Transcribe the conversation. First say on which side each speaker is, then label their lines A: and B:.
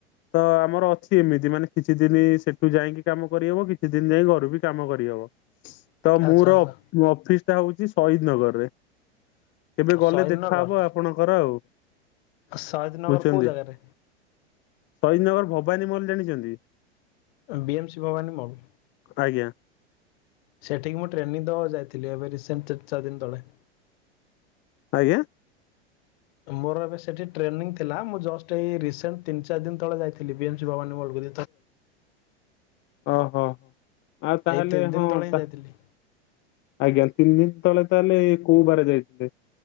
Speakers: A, on the left; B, on the left.
A: ତ ଆମର ଅଛି ଏମିତି ମାନେ କିଛି ଦିନ ସେଠୁ ଯାଇକି କାମ କରିହବ କିଛି ଦିନ ଯାଇ ଘରୁ ବି କାମ କରିହବ।
B: <inaudible>
A: ତ ମୁଁର
B: ଆଚ୍ଛା।
A: ଅଫିସ ଟା ହଉଛି ସହିଦ ନଗରରେ। କେବେ
B: ଓ,
A: ଗଲେ
B: ଶହୀଦନଗର
A: ଦେଖାହବ ଆପଣଙ୍କର ଆଉ
B: ଶହୀଦନଗର
A: ବୁଝଚନ୍ତି
B: କୋଉ ଜାଗାରେ?
A: ସହୀଦନଗର ଭବାନୀ ମଲ୍ ଜାଣିଛନ୍ତି?
B: ବି ଏମ୍ ଶି ଭବାନୀ ମଲ୍।
A: ଆଜ୍ଞା।
B: ସେଠିକି ମୁଁ ଟ୍ରେନିଂ ଦେବାକୁ ଯାଇଥିଲି ଏବେ ରିସେଣ୍ଟ ତିନି ଚାରି ଦିନ ତଳେ।
A: ଆଜ୍ଞା?
B: ମୋର ଏବେ ସେଠି ଟ୍ରେନିଂ ଥିଲା ମୁଁ ଜଷ୍ଟ ଏଇ ରିସେଣ୍ଟ ତିନ ଚାରି ଦିନ ତଳେ ଯାଇଥିଲି ବି ଏ ଏମ୍ ଶି ଭବାନୀ ମଲ୍ <inaudible>
A: ଓହୋ ଆଉ ତାହେଲେ
B: ଏଇ ତିନି ଦିନ
A: ହଁ
B: ତଳେ ହିଁ
A: ତାକୁ
B: ଯାଇଥିଲି।
A: ଆଜ୍ଞା ତିନି ଦିନ ତଳେ ତାହେଲେ କୋଉ ବାର ଯାଇଥିଲେ